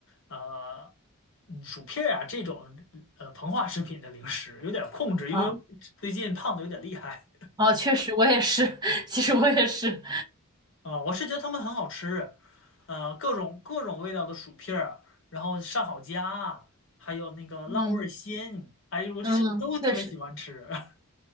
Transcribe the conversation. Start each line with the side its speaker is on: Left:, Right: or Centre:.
Left: 呃，嗯薯片儿啊这种呃膨化食品的零食，有点控制，因为
Right: 啊
Left: 最近胖的有点厉害
Right: 啊，确实我也是，<laughs> 其实我也是，
Left: 啊，我是觉得他们很好吃，呃，各种各种味道的薯片儿，然后上好佳啊，还有那个浪味儿仙，
Right: 嗯
Left: 哎呦，我这些我都特别喜欢吃
Right: 嗯，确实
Left: <laughs>